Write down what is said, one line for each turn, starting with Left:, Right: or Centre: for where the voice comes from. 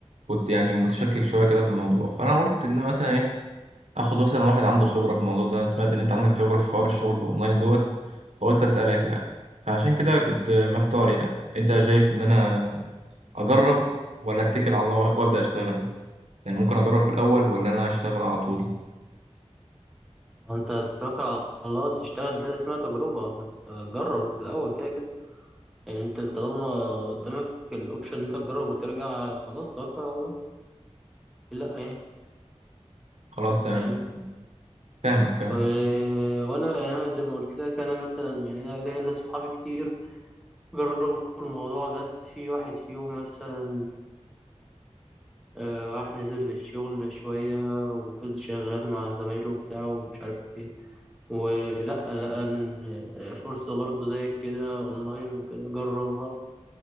Right: كنت يعني متشكك شويه كده في الموضوع فانا قلت ان مثلا ايه اخد مثلا واحد عنده خبره في الموضوع ده انا سمعت ان انت عندك خبره في حوار الشغل الاونلاين دوت فقلت اسالك يعني فعشان كده كنت محتار يعني انت شايف ان انا اجرب ولا اتكل على الله وابدا اشتغل يعني ممكن اجرب في الاول ولا انا اشتغل على طول
Centre: انت تتوكل على الله تشتغل ده اسمها تجربه انت جرب في الاول كده كده يعني انت طالما قدامك الاوبشن إن انت تجرب وترجع خلاص توكل على الله لا يعني
Right: خلاص تمام
Centre: فاهم
Right: فاهمك فاهم
Centre: و- وانا يعني أنا زي ما قلت لك انا مثلا يعني انا ليا ناس صحابي كتير جربوا الموضوع ده في واحد فيهم مثلا آه، راح نزل للشغل شوية وفضل شغال مع زمايله بتاعه ومش عارف ايه ولا لقى إن آه، فرصة برضه زيك كده اونلاين وكده جربها